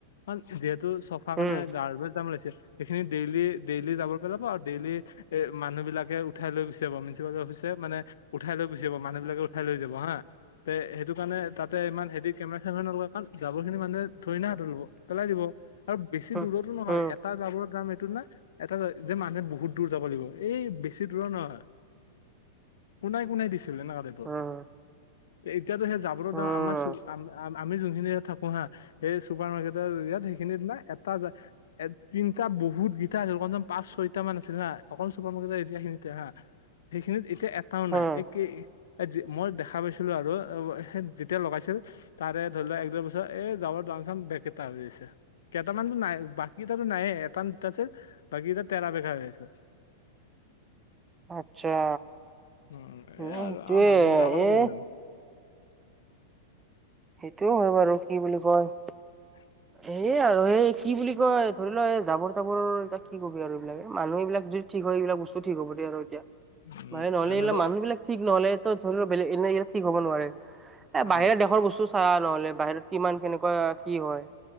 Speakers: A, on the left; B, on the right.
A: কাৰণ যিহেতু চফা কাৰণে
B: উম উম
A: গ্ৰাবেজ দাম্প ওলাইছে। সেইখিনি ডেইলি ডেইলি জাবৰ পেলাব আৰু ডেইলি এ মানুহবিলাকে উঠাই লৈ গুচাব। মিনিছিপালটি অফিচে মানে উঠাই লৈ গুচি যাব, মানুহবিলাকে উঠাই লৈ যাব হা। তে সেইটো সেইটো কাৰণে তাতে ইমান হেৰি কেমেৰা চেমেৰা নলগালে। কাৰণ জাবৰখিনি মানুহে থৰি না হাতৰে ল'ব পেলাই দিব। আৰু বেছি
B: উম
A: দূৰতো নহয়
B: উম
A: এটা জাবৰৰ দাম এইটো না। এটা যে মানুহে বহুত দূৰ যাব লাগিব এই বেছি দূৰৰ নহয়। কোনাই কোনোই দিছিলে এনেকুৱা টাইপৰ।
B: উম
A: এতিয়াতো সেই জাবৰ দাম্প
B: উম
A: আমাৰ চুবুৰী আম-আম আমি যোনখিনি ইয়াত থাকো হা সেই চুপাৰ মাৰ্কেটৰ ইয়াত সেইখিনিত না এটা এ তিনিটা বহুত কিটা আছিল কমচে কম পাঁচ ছয়টা মান আছিল হা। অক চুপাৰ মাৰকেটৰ এতিয়াখিনিতে হা। সেইখিনিত এতিয়া এটাও নাই।
B: উম
A: একে এ যি মই দেখা পাইছিলো আৰু যেতিয়া লগাইছিল। তাৰে ধৰি লোৱা এক দুই বছৰ এই জাবৰৰ দাম চাম বেকেটা হৈ আছে। কেইটামানতো নাই বাকীকেইটাতো নাইয়ে এটা নে দুটা আছে বাকী এটা তেৰা বেকা হৈ আছে।
B: আচ্ছা
A: উম
B: অ'
A: এই
B: সেইটোৱে
A: আৰু আমাৰ মানুহ বিলাকৰে
B: এ।
A: প্ৰব্লেম
B: সেইটোৱে হয় বাৰু কি বুলি কয়
A: <inaudible>
B: এ আৰু এই কি বুলি কয় ধৰি লোৱা এই জাবৰ তাবৰ এটা কি কবি আৰু এইবিলাকে মানুহ এইবিলাক ঠিক হয় এইবিলাক বস্তু ঠিক হ'ব দে আৰু এতিয়া
A: উম
B: মানে নহলে
A: এনেতো
B: এইবিলাক মানুহ বিলাক ঠিক নহলেতো ধৰি লও বেলেগ এনে ঠিক হ'ব নোৱাৰে এ
A: অ
B: বাহিৰা দেশৰ বস্তু চাও নহ'লে বাহিৰত কিমান কেনেকুৱা কি হয়।